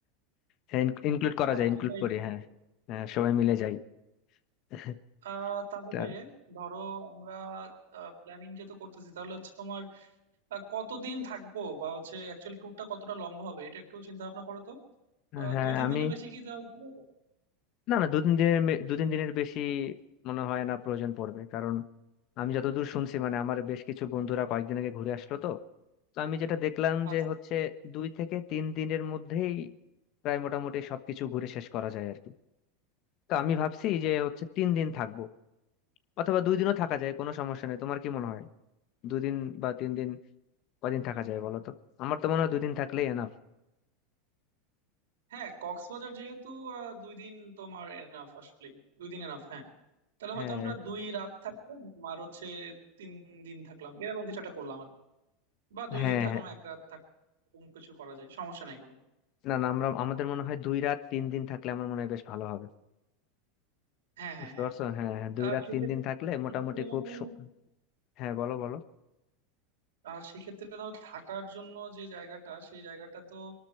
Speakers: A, on the left (about 50°); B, on the right (about 80°).
A: হ্যাঁ ইনক্লুড করা
B: হ্যাঁ
A: যায় ইনক্লুড
B: সেটাই
A: করি
B: ঠিক
A: হ্যাঁ
B: হবে।
A: হ্যাঁ সবাই মিলে যাই <laughs>
B: আহ তাহলে
A: তা,
B: ধরো আমরা প্ল্যানিং যেহেতু করতেছি তাহলে হচ্ছে তোমার আহ, কতদিন থাকবো বা হচ্ছে অ্যাকচুয়ালি ট্যুরটা কতটা লম্বা হবে এটা একটু চিন্তা ভাবনা করো তো আহ,
A: হ্যাঁ
B: দুই তিন
A: আমি
B: দিনে বেশি কি দেওয়া উচিত হবে?
A: না না দু তিন দিনের মে- দু তিন দিনের বেশি মনে হয় না প্রয়োজন পড়বে কারণ আমি যতদূর শুনছি মানে আমার বেশ কিছু বন্ধুরা কয়েকদিন আগে ঘুরে আসলো তো তো আমি যেটা দেখলাম
B: আচ্ছা
A: যে হচ্ছে দুই থেকে তিন দিনের মধ্যেই প্রায় মোটামুটি সবকিছু ঘুরে শেষ করা যায় আর কি তো আমি ভাবছি যে হচ্ছে তিন দিন থাকবো অথবা দুই দিনও থাকা যায় কোনো সমস্যা নেই তোমার কি মনে হয় দুই দিন বা তিন দিন কদিন থাকা যায় বলো তো আমার তো মনে হয় দুই দিন থাকলেই এনাফ
B: হ্যাঁ কক্সবাজার যেহেতু আহ, দুই দিন তোমার এনাফ আসলেই দুই দিন এনাফ হ্যাঁ তাহলে
A: হ্যাঁ
B: হয়তো আমরা দুই রাত থাকলাম আর হচ্ছে তিন দিন থাকলাম এরকম কিছু একটা করলাম আর কি বা দুই
A: হ্যাঁ
B: দিন থাকলাম
A: হ্যাঁ
B: এক রাত থাক এরকম কিছু করা যায় সমস্যা নাই কোনো
A: না না আমরা আমাদের মনে হয় দুই রাত তিন দিন থাকলে আমার মনে হয় বেশ ভালো হবে
B: হ্যাঁ হ্যাঁ
A: বুঝতে
B: হ্যাঁ
A: পারছো হ্যাঁ হ্যাঁ দুই
B: আর
A: রাত
B: সেক্ষেত্রে
A: তিন দিন থাকলে
B: সেক্ষেত্রে
A: মোটামুটি
B: বন্ধু,
A: খুব সু- হ্যাঁ বলো বলো
B: আহ, সেক্ষেত্রে ধরো থাকার জন্য যে জায়গাটা সেই জায়গাটা তো